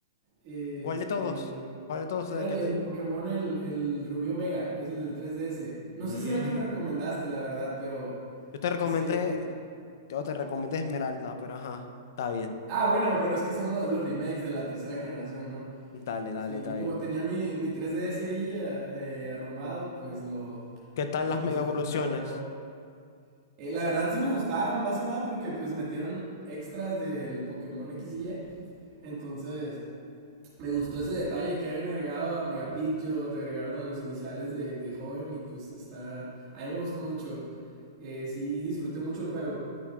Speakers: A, on the right; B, on the left.
A: El,
B: ¿Cuál de todos?
A: el-
B: ¿Cuál de todos
A: era
B: es el
A: el,
B: que
A: el
B: te...
A: Pokémon, el, el Rubí Omega, es el del 3DS. No
B: Mm,
A: sé si era el que me recomendaste, la verdad, pero
B: yo te recomendé,
A: ese es...
B: yo te recomendé Esmeralda, pero ajá, está bien.
A: Ah, bueno, pero es que son lo- los remakes de la tercera generación, ¿no?
B: Dale, dale,
A: Sí,
B: está
A: y como
B: bien.
A: tenía mi, mi 3DS ahí eh, eh, arrumbado, pues lo,
B: ¿Qué tal
A: lo
B: las
A: puse
B: mega
A: a
B: evoluciones?
A: funcionar de nuevo. Eh, la verdad sí me gustaron, más que nada porque pues metieron extras del Pokémon X y Y. Entonces, me gustó ese detalle que hayan agregado a Mega Pidgeot, agregaron a los iniciales de, de joven y pues está... A mí me gustó mucho. Eh, sí, disfruté mucho el juego.